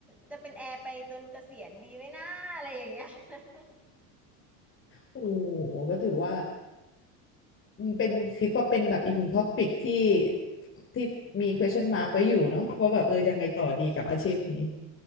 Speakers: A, in the centre; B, on the left (about 30°).
A: จะเป็นแอร์ไปจนเกษียณดีไหมน่าอะไรอย่างเงี้ย <laughs>
B: โอ้โหก็ถือว่า อืมเป็นคิดว่าเป็นแบบอีกหนึ่งท็อปิกที่ที่มี question mark ไว้อยู่เนาะว่าแบบเออยังไงต่อดีกับอาชีพนี้